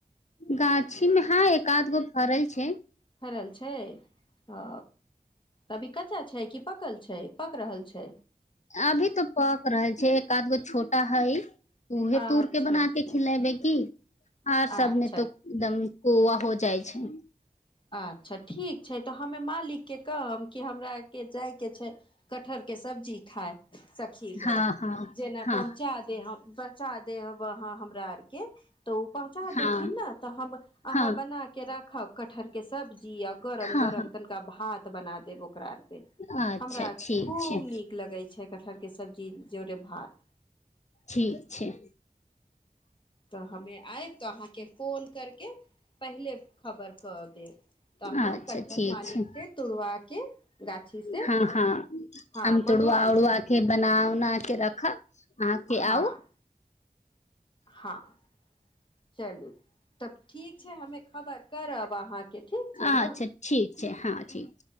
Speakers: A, on the left (about 50°); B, on the left (about 30°).
A: गाछी मे हँ एक आध गो फरल छै
B: फड़ल छै ह तभी कच्चा छै कि पकल छै पक रहल छै
A: अभी तऽ पक रहल छै एक आध गो छोटा है उहे
B: अच्छा
A: तोरके बना
B: अच्छा
A: के खिलेबै की आर सब
B: अच्छा
A: ने तो एकदम कोआ हो जाइ छै
B: अच्छा ठीक छै तऽ हम में मालिक के कहब कि हमरा के जायके छै कटहर के सब्जी खाय सखी
A: हँ
B: घर
A: हँ
B: जेना
A: हँ
B: पहुँचा दे हम ब चादे अब अहाँ हमरा आरके तऽ ओ पहुँचा
A: हँ
B: देथिन ने तऽ हम अहाँ
A: हँ
B: बना के राखब कटहर के सब जी आ गरम
A: हँ
B: गरम तनिका भात बना देब ओकरा
A: हँ अच्छा
B: हमरा
A: ठीक
B: खूब
A: छै
B: नीक लगै छै कटहर के सब्जी जोरे भात
A: ठीक छै
B: तऽ हमे आयब तऽ अहाँके फोन करके पहिले खबर क देब त अहाँ
A: अच्छा
B: कटहर
A: ठीक
B: मालिक
A: छै
B: से तोड़वा के गाछी से
A: हँ हँ
B: हँ
A: हम
B: मंगवा
A: तोड़वा उड़बा
B: लेब
A: के बना उना के रखब अहाँके
B: हँ
A: आउ
B: हँ चलू तब ठीक छै हमे खबर करब अहाँके ठीक छै
A: अच्छा
B: ने
A: ठीक हँ ठीक छै